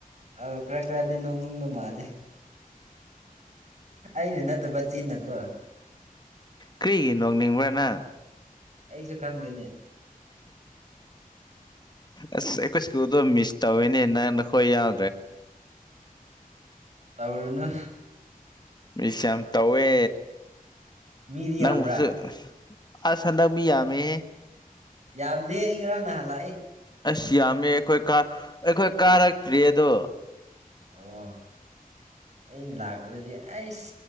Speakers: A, on the right; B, on the left.
A: ꯑꯧ ꯈꯥꯔ ꯈꯥꯔꯗꯤ ꯅꯣꯛꯅꯤꯡꯕ ꯃꯥꯜꯂꯦ ꯑꯩꯅ ꯅꯠꯇꯕ ꯆꯤꯟꯅ ꯀꯣ
B: ꯀ꯭ꯔꯤꯒꯤ ꯅꯣꯛꯅꯤꯡꯕ꯭ꯔꯥ ꯅꯪ
A: ꯑꯩꯖꯨ ꯈꯪꯗꯦꯅꯦ
B: ꯑꯁ ꯑꯈꯣꯏ ꯁ꯭ꯀꯨꯜꯗꯣ ꯃꯤꯁ ꯇꯧꯋꯦꯅꯦ ꯅꯪ ꯅꯈꯣꯏ ꯌꯥꯎ
A: ꯇꯧꯔꯨꯅꯨ
B: ꯃꯤꯁ ꯌꯥꯝ ꯇꯧꯋꯦ
A: ꯃꯤꯗꯤ
B: ꯅꯪꯕꯨꯁꯨ
A: ꯌꯥꯝꯕ꯭ꯔꯥ
B: ꯑꯁ ꯑꯁ ꯍꯟꯗꯛ ꯃꯤ ꯌꯥꯝꯃꯦꯍꯦ
A: ꯌꯥꯝꯗꯦ ꯑꯩ ꯉꯔꯥꯡ ꯅꯍꯥꯟ ꯂꯥꯛꯏ
B: ꯑꯁ ꯌꯥꯝꯃꯦ ꯑꯈꯣꯏ ꯀꯥ ꯑꯈꯣꯏ ꯀꯥꯔꯛꯇ꯭ꯔꯤ ꯑꯗꯣ
A: ꯑꯣ ꯑꯩꯅ ꯂꯥꯛꯄꯗꯗꯤ ꯑꯩꯁ